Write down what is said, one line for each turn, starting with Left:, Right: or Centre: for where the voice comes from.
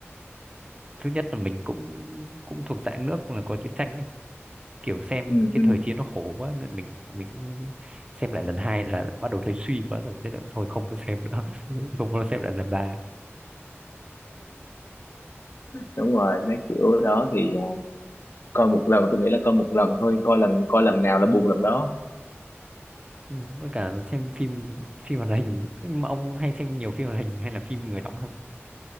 Right: thứ nhất là mình cũng cũng thuộc dạng nước là có chiến tranh ấy. kiểu xem
Left: Ừ,
Right: cái
Left: ừ.
Right: thời chiến nó khổ quá nên mình mình cũng xem lại lần hai là bắt đầu thấy suy quá rồi thế là thôi không có xem nữa <laughs> không có xem lại lần ba
Left: Đúng rồi, mấy kiểu đó thì ờ, coi một lần tôi nghĩ là coi một lần thôi, coi lần coi lần nào là buồn lần đó.
Right: ừ, với cả xem phim phim hoạt hình nhưng mà ông hay xem nhiều phim hoạt hình hay là phim người đóng hơn